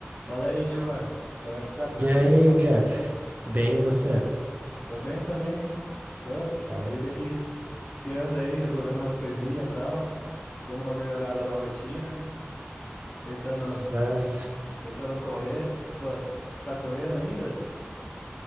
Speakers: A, on the left (about 40°); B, on the right (about 35°).
A: Fala aí, Giovanni. Como é que tá? Tranquilo,
B: E aí,
A: irmão?
B: Jeff? Bem, você?
A: Tô bem também. Tô.
B: Olha,
A: Vida que, que anda aí, resolvendo umas coisinhas e tal, dando uma melhorada na rotina, tentando,
B: sucesso.
A: tentando correr. Pô, você tá correndo ainda?